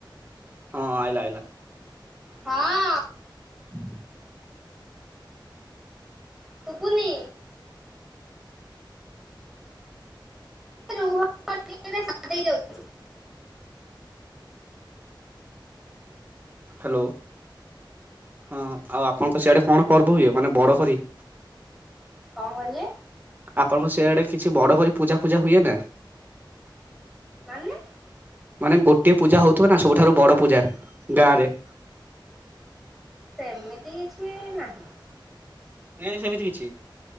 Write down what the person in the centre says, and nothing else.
ହଁ
ଶୁଭୁନି। <inaudible> ଯାଉଛି।
କଣ କହିଲେ?
ମାନେ?
ସେମିତି କିଛି ନାହିଁ।